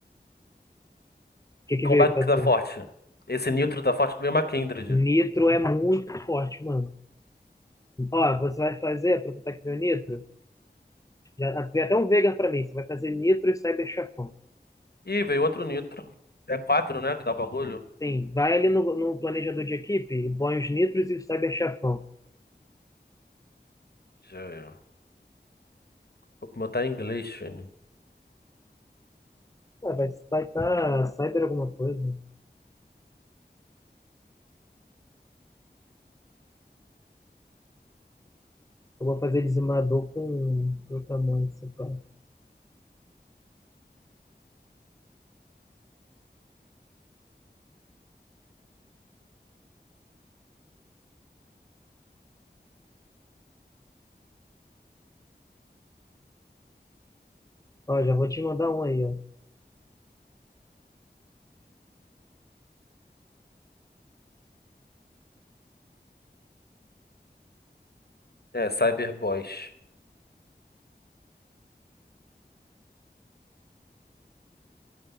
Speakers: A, on the left; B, on the left.
A: que que
B: Qual
A: veio
B: back
A: aí pra
B: que tá
A: tu?
B: forte? Esse Nitro tá forte. Veio uma Kindred.
A: Nitro é muito forte, mano. Ó, você vai fazer, aproveitar que veio nitro. Já, tem até um vegan pra mim. Você vai fazer nitro e cyber chefão.
B: Ih, veio outro Nitro. É quatro né? Que dá o bagulho.
A: Sim, vai ali no, no planejador de equipe e põe os nitros e o cyber chafão.
B: Já é. Pô, como eu tá em inglês, filho.
A: Ah, vai vai estar cyber alguma coisa. né? Eu vou fazer dizimador com protamante, sei lá. Ó, já vou te mandar um aí, ó.
B: É, Cyberboys.